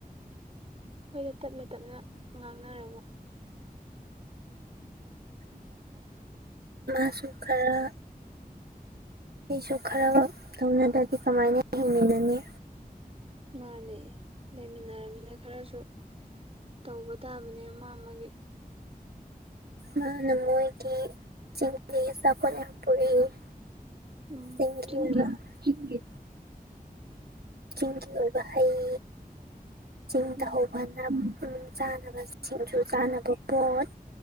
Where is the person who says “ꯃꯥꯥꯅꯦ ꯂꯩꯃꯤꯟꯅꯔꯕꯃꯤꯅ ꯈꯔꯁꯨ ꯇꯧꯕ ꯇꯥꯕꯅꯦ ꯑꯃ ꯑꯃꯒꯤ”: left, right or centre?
Right